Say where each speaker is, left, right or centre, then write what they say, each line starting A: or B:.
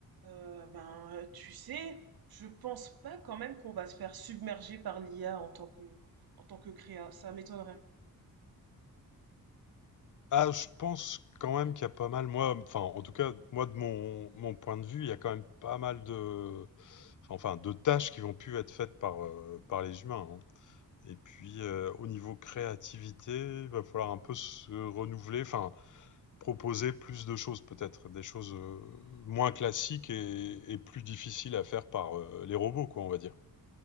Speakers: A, on the right; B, on the left.
A: Euh, ben, euh, tu sais, je pense pas quand même qu'on va se faire submerger par l'IA en tant que en tant que créa. Ça m'étonnerait.
B: Ah, je pense quand même qu'il y a pas mal, moi, enfin, en tout cas, moi, de mon, mon point de vue, il y a quand même pas mal de, enfin, de tâches qui vont plus être faites par, euh, par les humains. hein. Et puis, euh, au niveau créativité, il va falloir un peu se renouveler, enfin, proposer plus de choses peut-être, des choses euh, moins classiques et, et plus difficiles à faire par euh, les robots, quoi, on va dire.